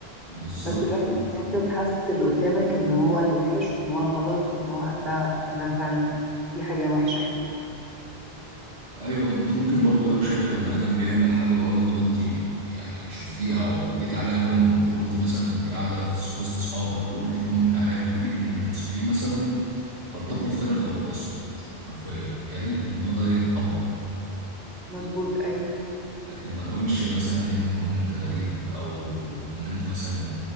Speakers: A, on the right; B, on the right.
A: بالظبط
B: بس الوحش ان انت تحسس اللي قدامك ان هو الوحش وان هو الغلط وان هو ده هنا فعلا دي حاجه وحشه يعني
A: ايوه انت ممكن برضو لو شايفه بني ادم بيعمل حاجه غلط وانت يعني شفتيها واديتي عليها كومنت وقلتي مثلا كنت قاعده في وسط اصحابك وقلتي كومنت عليها وفي ايدك انك تنصحيه مثلا فلتقل
B: مم.
A: خيرا او لتصمت حرفيا يا ريت الموضوع ده يتطبق
B: مظبوط ايوه
A: لكن ما نقولش مثلا ندي كومنت غريب او كومنت مثلا